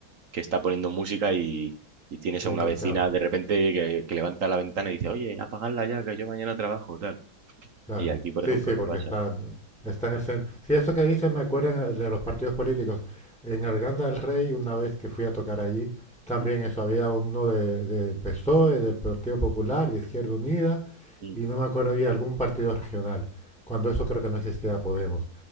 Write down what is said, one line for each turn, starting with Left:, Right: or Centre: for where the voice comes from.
Right: que está poniendo música y, y tienes
Centre: Y
Right: a una
Centre: los
Right: vecina
Centre: chap,
Right: de repente que, que levanta la ventana y dice, oye, apagadla ya, que yo mañana trabajo, tal.
Centre: claro.
Right: Y aquí, por
Centre: Sí,
Right: ejemplo,
Centre: sí,
Right: no
Centre: porque
Right: pasa.
Centre: está, eh, está en el centro. Sí, esto que dicen me acuerdan de los partidos políticos. En Arganda del Rey, una vez que fui a tocar allí, también
Right: Mm,
Centre: eso, había uno de, del PSOE, del Partido Popular, de Izquierda Unida,
Right: mm,
Centre: y no me acuerdo, y algún partido regional, cuando eso creo que no existía Podemos.